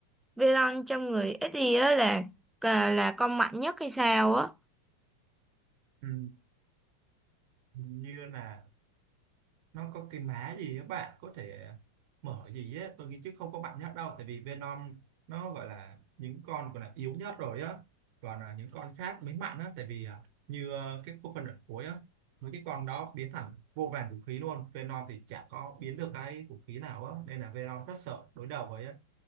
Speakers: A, in the centre; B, on the right.
A: Elon trong người ít gì á là là là con mạnh nhất hay sao á
B: Ừ, như là nó có cái mã gì á bạn có thể mở gì á tôi nghĩ chứ không có mạnh nhất đâu tại vì Venom nó gọi là những con gọi là yếu nhất rồi á còn à, những con khác mới mạnh á tại vì à, như à, cái khúc phần ở cuối á mấy cái con đó biến thành vô vàn vũ khí luôn Venom thì chả có biến được cái vũ khí nào á nên là Venom rất sợ đối đầu với á.